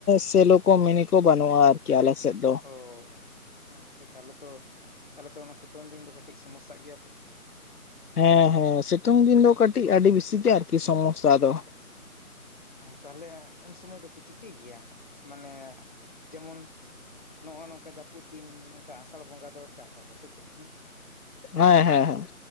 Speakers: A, on the left; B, on the left.
A: ᱥᱮᱞᱚ ᱠᱚ ᱢᱤᱱᱤ ᱠᱚ ᱵᱟᱹᱱᱩᱜᱼᱟ ᱟᱨᱠᱤ ᱟᱞᱮ ᱥᱮᱫ ᱫᱚ ᱾
B: ᱚ ᱟᱪᱪᱷᱟ ᱛᱟᱦᱚᱞᱮ ᱛᱚ ᱛᱟᱦᱚᱞᱮ ᱛᱚ ᱚᱱᱟ ᱥᱤᱛᱩᱝ ᱫᱤᱱ ᱫᱚ ᱠᱟᱹᱴᱤᱡ ᱥᱚᱢᱚᱥᱟᱜ ᱜᱮᱭᱟ ᱯᱮ?
A: ᱦᱮᱸ ᱦᱮᱸ ᱥᱤᱛᱩᱝ ᱫᱤᱱ ᱫᱚ ᱠᱟᱹᱴᱤᱡ ᱟᱹᱰᱤ ᱵᱤᱥᱤ ᱜᱮᱭᱟ ᱟᱨᱠᱤ ᱥᱚᱢᱚᱥᱟ ᱫᱚ᱾
B: ᱛᱟᱦᱞᱮ ᱩᱱ ᱥᱚᱢᱟᱹᱭ ᱫᱚᱯᱮ ᱪᱤᱠᱟᱹᱭ ᱜᱮᱭᱟ ᱢᱟᱱᱮ ᱡᱮᱢᱚᱱ ᱱᱚᱜᱼᱚᱭ ᱱᱚᱝᱠᱟ ᱡᱟᱹᱯᱩᱫ ᱫᱤᱱ ᱱᱚᱝᱠᱟ ᱟᱥᱟᱲ ᱵᱚᱸᱜᱟ ᱫᱚ ᱪᱟᱥ ᱟᱵᱚ ᱥᱮ ᱪᱮᱫ ᱦᱮᱸ,
A: ᱦᱮᱸ ᱦᱮᱸ ᱦᱮᱸ